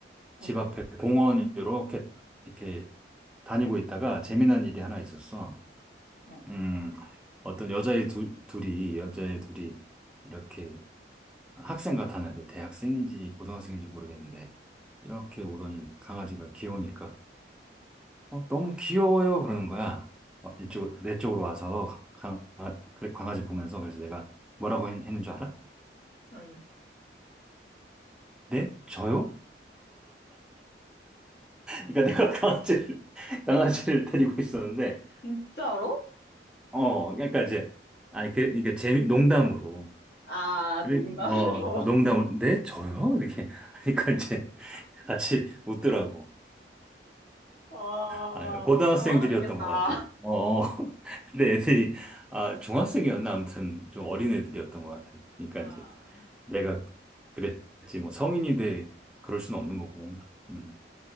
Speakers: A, in the centre; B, on the left (about 55°).
A: 집
B: 어,
A: 앞에 공원 이렇게 이렇게 다니고 있다가 재미난 일이 하나 있었어.
B: 어,
A: 음, 어떤 여자애 두, 둘이 여자애 둘이 이렇게 학생 같았는데 뭐 대학생인지 고등학생인지 모르겠는데 이렇게 오더니 강아지가 귀여우니까 어, 너무 귀여워요 그러는 거야. 어, 이쪽
B: 응,
A: 내 쪽으로 와서 강, 아, 그래, 강아지 보면서 그래서 내가 뭐라고 했, 했는 줄 알아?
B: 아니.
A: 네? 저요? 그러니까 내가 강아지를, <laughs> 강아지를 데리고 있었는데,
B: 진짜로?
A: 어, 그러니까 이제, 아니, 그, 이게 재미, 농담으로.
B: 아,
A: 그고
B: 농담으로.
A: 어, 농담으로.
B: <laughs>
A: 네? 저요? 이렇게. <laughs> 그러니까 이제 같이 웃더라고.
B: 아,
A: 아, 고등학생들이었던
B: 당황하셨겠다.
A: 것 같아. 어, 어. <laughs> 근데 애들이, 아, 중학생이었나? 아무튼 좀 어린 애들이었던 것 같아. 그러니까
B: 아,
A: 이제 내가 그랬지. 뭐 성인인데 그럴 수는 없는 거고. 음.